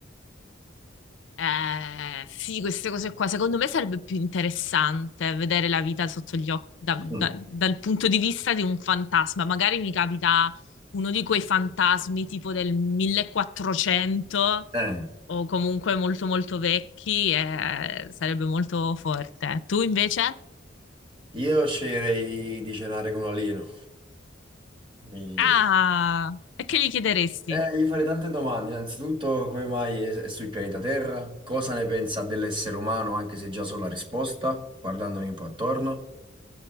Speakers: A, on the left; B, on the right.
A: Eh, sì, queste cose qua, secondo me sarebbe più interessante vedere la vita sotto gli occhi, da-
B: Mm,
A: da- dal punto di vista di un fantasma. Magari mi capita uno di quei fantasmi tipo del 1400
B: eh,
A: o comunque molto molto vecchi e sarebbe molto forte. Tu invece?
B: io sceglierei di cenare con un alieno. Mi-
A: Ah, e che gli chiederesti?
B: eh, gli farei tante domande. Innanzitutto, come mai è, è sul pianeta Terra? Cosa ne pensa dell'essere umano, anche se già so la risposta, guardandomi un po' attorno?